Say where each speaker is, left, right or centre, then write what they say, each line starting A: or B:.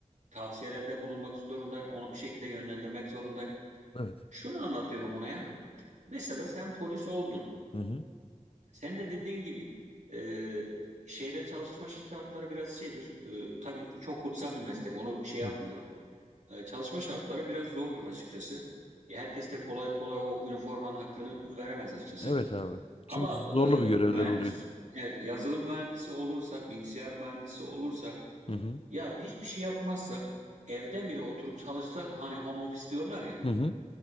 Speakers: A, on the right; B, on the left.
A: tavsiyelerde bulunmak zorundayım. Onu bir şekilde yönlendirmek zorundayım.
B: Evet.
A: Şunu anlatıyorum ona ya. Mesela sen polis oldun.
B: Hı hı.
A: Sen de dediğin gibi e, şeyle çalışma şartları biraz şeydir. E, tabii çok kutsal bir meslek. Onu şey yapmıyorum.
B: Hı hı.
A: E, çalışma şartları biraz zordur açıkçası. E, Herkes de kolay kolay o üniformanın hakkını veremez açıkçası.
B: Evet abi. Çünkü
A: Ama
B: zorlu
A: e,
B: bir görevler
A: mühendis,
B: oluyor.
A: evet yazılım mühendisi olursa, bilgisayar mühendisi olursa,
B: Hı hı.
A: ya hiçbir şey yapmazsa, evden bile oturup çalışsa hani home office diyorlar ya,
B: Hı hı.